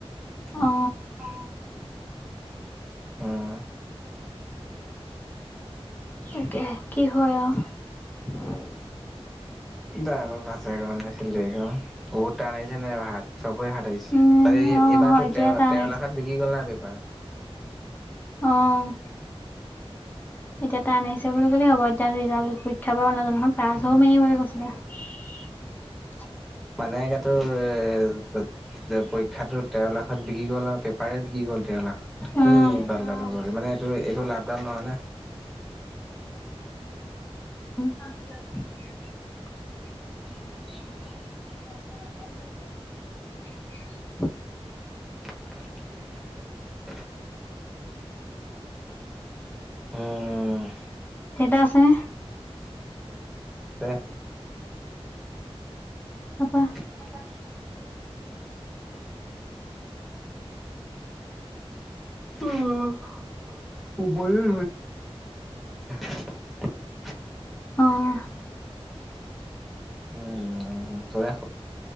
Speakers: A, in the centre; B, on the left.
A: <inaudible>
B: অ
A: অ অহ
B: তাকে কি হয় আৰু।
A: দাইভাৰ পা চাৰিশ ল'লে। দেগা বহুত <unintelligible> <unintelligible> আৰু ভাত চবৰে হাত আহিছে
B: উম
A: তাৰে এইবাৰ
B: অ হয় এতিয়া
A: তেৰ
B: টান
A: -তেৰ লাখত বিকি গ'ল না ব <inaudible>
B: আহ', এতিয়া তান আহিছে বুলি ক'লে হ'ব ।এতিয়া ৰিজাল্ট পৰীক্ষা বাৰু নাজানো পাছ হ'মেই বুলি কৈছ । ৰাহ ',
A: মানে এ', পৰীক্ষা তেৰ লাখ তাত বিক্ৰী' কলাপ। পেপাৰে বিকি গ'ল তেৰ লাখ
B: উম
A: কি বাদল হ'ব মানে এইটো এইটো লাভদান নহয় ন। <inaudible> <inaudible>
B: <inaudible>
A: <inaudible>
B: <inaudible>
A: <inaudible> উম',
B: এটা আছেনে।
A: তে
B: পাপা
A: পাপা অ', শুবলে <unintelligible>
B: অহ',
A: উম', উ', উৰা